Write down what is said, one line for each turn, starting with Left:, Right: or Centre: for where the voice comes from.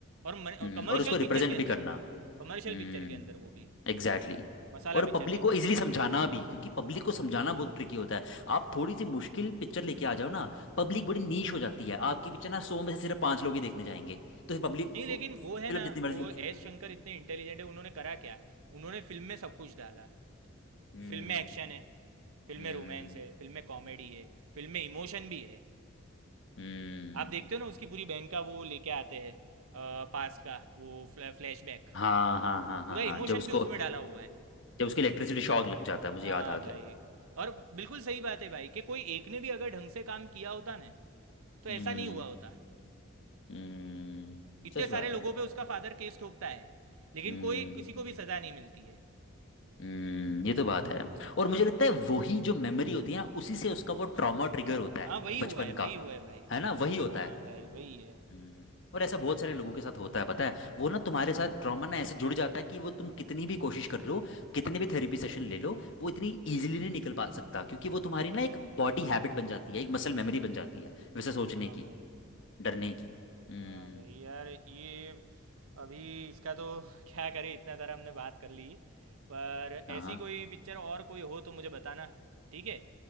Right: और
Left: हम्म
Right: कमर्शियल
Left: और उसको रिप्रेजेंट
Right: पिक्चर के अंदर
Left: भी करना
Right: कमर्शियल
Left: हम्म
Right: पिक्चर के अंदर वो भी
Left: Exactly exactly.
Right: मसाला
Left: और
Right: पिक्चर
Left: पब्लिक
Right: के
Left: को
Right: अंदर
Left: इजीली समझाना भी क्योंकि पब्लिक
Right: हाँ
Left: को समझाना
Right: भाई
Left: बहुत ट्रिकी होता है आप थोड़ी सी मुश्किल पिक्चर लेके आ जाओ ना पब्लिक
Right: हम्म
Left: बड़ी नीश हो जाती है आपकी पिक्चर ना सौ में से सिर्फ पांच लोग ही देखने जाएंगे तो फिर पब्लिक
Right: नहीं लेकिन
Left: फिल्म
Right: वो है ना
Left: जितनी
Right: वो
Left: मर्जी अच्छी हो
Right: एस शंकर इतने इंटेलिजेंट है उन्होंने करा क्या उन्होंने फिल्म में सब कुछ डाला
Left: हम्म
Right: फिल्म में एक्शन है फिल्म
Left: हम्म
Right: में रोमांस है फिल्म में कॉमेडी है फिल्म में इमोशन भी है
Left: हम्म
Right: आप देखते हो ना उसकी पूरी बहन का वो लेके आते हैं पास्ट का वो फ्लैशबैक
Left: हाँ हाँ हाँ हाँ
Right: पूरा
Left: हाँ
Right: इमोशन
Left: जब उसको
Right: भी उसमें डाला हुआ है
Left: जब उसको इलेक्ट्रिसिटी शॉक लग जाता है मुझे
Right: हाँ
Left: याद आ
Right: भाई
Left: गया
Right: और बिल्कुल सही बात है भाई कि कोई एक ने भी अगर ढंग से काम किया होता ना तो
Left: हम्म
Right: ऐसा नहीं हुआ होता
Left: हम्म
Right: इतने
Left: सच
Right: सारे
Left: बात
Right: लोगों
Left: है
Right: पे उसका फादर केस ठोकता है लेकिन
Left: हम्म
Right: कोई किसी को भी सजा नहीं मिलती है
Left: हम्म ये तो बात है और मुझे लगता है वही जो मेमोरी होती है ना उसी से उसका वो ट्रॉमा ट्रिगर होता है
Right: हाँ वही
Left: बचपन
Right: हुआ है वही
Left: का
Right: हुआ है भाई
Left: है ना वही होता
Right: हाँ
Left: है
Right: भाई वही है
Left: हम्म और ऐसा बहुत सारे लोगों के साथ होता है पता है वो ना तुम्हारे
Right: हाँ
Left: साथ
Right: भाई
Left: ट्रॉमा ना ऐसे जुड़ जाता है कि वो तुम कितनी भी कोशिश कर लो कितने भी थेरेपी सेशन ले लो वो इतनी इजीली नहीं निकल पा सकता क्योंकि वो तुम्हारी ना एक बॉडी हैबिट बन जाती है एक मसल मेमोरी बन जाती है वैसे सोचने
Right: हाँ
Left: की
Right: भाई
Left: डरने की हम्म
Right: हाँ भाई यार ये अभी इसका तो <laughs> क्या करें इतना सारा हमने बात कर ली पर
Left: हाँ
Right: ऐसी
Left: हाँ
Right: कोई पिक्चर और कोई हो तो मुझे बताना ठीक है